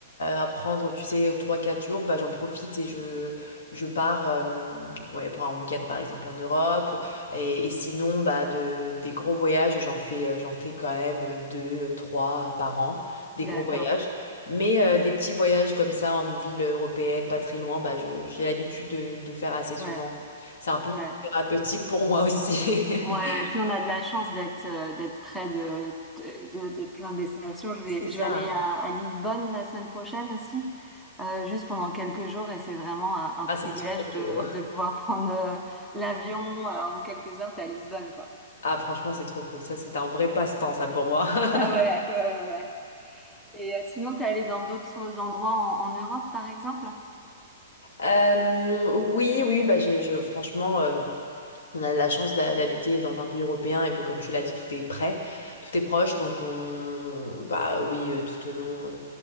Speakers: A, on the left; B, in the centre.
A: à prendre, tu sais, trois quatre jours, bah, j'en profite et je, je pars euh, ouais, pour un week-end, par exemple, en Europe. Et, et sinon, bah, de, des gros voyages, j'en fais, euh, j'en fais quand même euh, 2 3 par an, des
B: D'accord.
A: gros voyages. Mais euh, des petits voyages comme ça en ville européenne, pas très loin, bah, je- j'ai l'habitude de, de faire assez
B: Ouais,
A: souvent. C'est un peu
B: ouais.
A: thérapeutique pour moi aussi.
B: Ouais,
A: <laughs>
B: et puis on a de la chance d'être euh, d'être près de, de, de plein de destinations. Je vais,
A: C'est ça.
B: je vais aller à, à Lisbonne la semaine prochaine aussi, euh, juste pendant quelques jours, et c'est vraiment un, un privilège
A: Ah, c'est trop beau.
B: de, de pouvoir <laughs> prendre euh, l'avion euh, en quelques heures, t'es à Lisbonne, quoi.
A: Ah, franchement, c'est trop cool. Ça, c'est un vrai passe-temps, ça, pour moi. <laughs>
B: Ah ouais, ouais, ouais, ouais. Et euh, sinon, t'es allé dans d'autres endroits en, en Europe, par exemple?
A: Euh, oui, oui, bah, j'ai, je, franchement, euh, on a la chance d'ha- d'habiter dans un pays européen et que, comme tu l'as dit, tout est prêt, tout est proche. Donc, on, bah oui, euh, tout au long. euh,